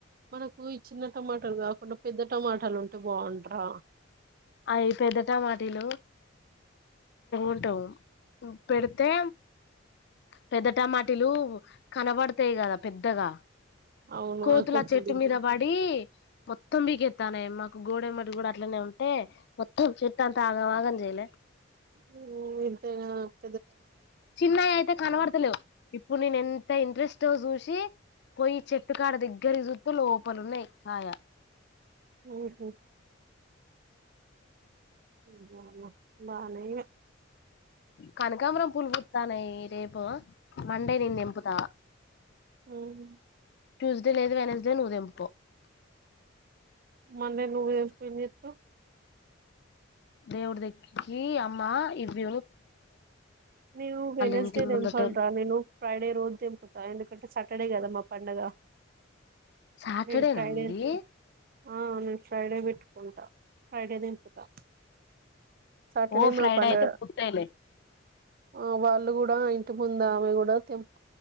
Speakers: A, on the right (about 50°); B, on the left (about 60°).
A: మనకు ఈ చిన్న టమాటాలు కాకుండా పెద్ద టమాటాలు ఉంటా అంత బాగుంటయా
B: అవి పెద్ద టమాటాలు ఉంటాయి పెడితే పెద్ద టమాటాలు కనబడతాయి కదా పెద్దగా
A: అవును
B: కోతులు
A: అవి
B: ఆ చెట్టు
A: తింటే
B: మీద పడి మొత్తం పీకెత్తానే మాకు గోడ ఏమ్మటి కూడా అట్లనే ఉంటే మొత్తం చెట్టు అంత ఆగమాగం చెయలే
A: మ్మ్ అంతే గదా
B: చిన్నయి అయితే కనబడతలేవు ఇప్పుడు నేను ఎ నంతా ఇంట్రెస్ట్ గా చూసి పోయి చెట్టుకాడ దగ్గర చూత్తే లోపలున్నాయి కాయ
A: మ్మ్ హ్హ్ మ్మ్ బానే ఉన్నాయి
B: కనకాబరం పూలు పూత్తన్నాయి రేపు మండే నేను తెంపుతా
A: మ్మ్ హు
B: ట్యూస్డే లేదు వెనస్డే నువ్వు తెంపుకో
A: మొన్న నువ్వు తెంపి ఏం చెత్తవ్
B: దేవుడి దగ్గరికి అమ్మ ఇవ్వు
A: నేను వెనస్డే
B: ఇంటి
A: దెంపండ్రా
B: ముందటోల్
A: నేను ఫ్రైడే రోజ్ దెంపుతా ఎ <unintelligible> సాటర్డే కద మా పండగ
B: సాటర్డే
A: నేను ఫ్రైడే
B: నా మీది
A: ఆ నేను ఫ్రైడే పెట్టుకుంటా ఫ్రైడే తెంపుతా సాటర్డే
B: ఓ ఫ్రైడే
A: మా పండగ
B: అయితే పూత్తాయిలే
A: ఆ వాళ్ళు కుడా ఇంటి ముందు ఆమె గుడా తెం